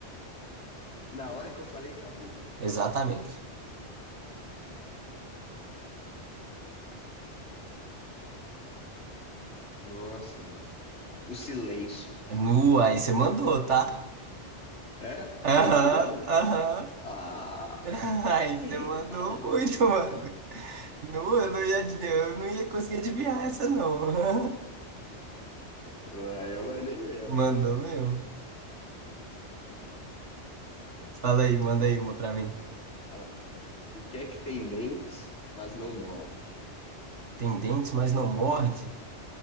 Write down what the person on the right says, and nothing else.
Exatamente.
Nu, aí você mandou, tá?
Aham,
aham.
<laughs> Ai,
você mandou muito, mano. Não, eu não ia, adivinhar, eu não ia conseguir adivinhar essa, não.
<laughs> Mandou
mesmo. Fala aí, manda aí uma pra mim.
Tem dentes, mas não morde?